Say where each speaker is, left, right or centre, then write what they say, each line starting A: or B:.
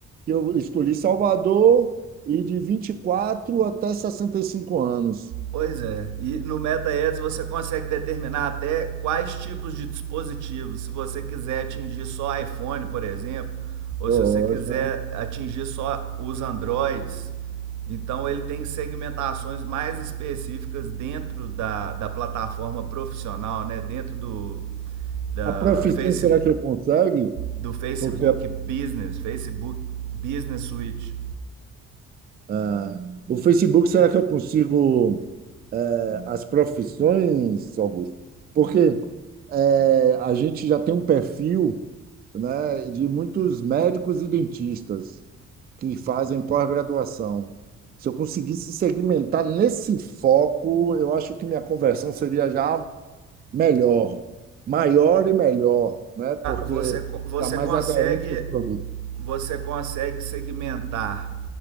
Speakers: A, on the right; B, on the right.
A: Eu escolhi Salvador e de 24 até 65 anos.
B: Pois é, e no MetaEds você consegue determinar até quais tipos de dispositivos. Se você quiser atingir só iPhone, por exemplo, ou
A: Poxa.
B: se você quiser atingir só os Androids, então ele tem segmentações mais específicas dentro da, da plataforma profissional, né? dentro do, da
A: A profissão
B: face,
A: será que eu consegue?
B: do Facebook
A: Porque
B: Business, Facebook Business Suite.
A: Ah, o Facebook, será que eu consigo eh, as profissões, Augusto? Porque eh, a gente já tem um perfil, né, de muitos médicos e dentistas que fazem pós-graduação. Se eu conseguisse segmentar nesse foco, eu acho que minha conversão seria já melhor, maior e melhor, né? Porque
B: Você, você
A: está mais
B: consegue
A: aderente aos produtos.
B: você consegue segmentar